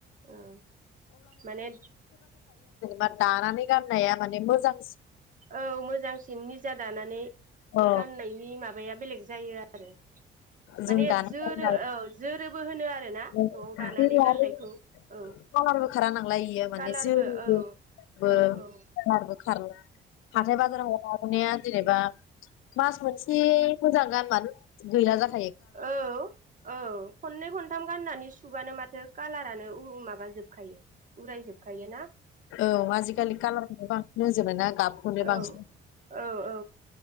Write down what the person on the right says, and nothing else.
औ माने
औ मोजांसिन निज जा दानानै
गाननायनि माबाया बेलेग जायो आ आरो माने
जोरो
औ जोरोबो होनो आरोना
न'आव दानानै
गाननायखौ औ
खालारबो
औ
औ औ
औ औ खननै खनथाम गाननानै सु सुबानो माथो कालारानो माबाजोब खायो उरायजोबखायोना
औ औ औ